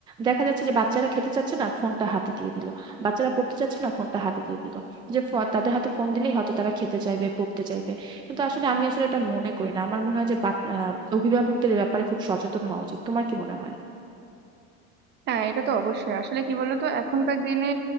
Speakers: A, on the right; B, on the right.
A: দেখা যাচ্ছে যে বাচ্চারা খেতে চাচ্ছে না ফোনটা হাতে দিয়ে দিল বাচ্চারা পড়তে চাচ্ছে না ফোনটা হাতে দিয়ে দিল যে ফ- তাদের হাতে ফোন দিলেই হয়তো তারা খেতে চাইবে পড়তে চাইবে কিন্তু আসলে আমি আসলে এটা মনে করি না আমার মনে হয় যে বাপ- আহ, অভিভাবকদের এ ব্যাপারে খুব সচেতন হওয়া উচিত তোমার কি মনে হয়
B: হ্যাঁ এটা তো অবশ্যই আসলে কি বলতো এখনকার দিনে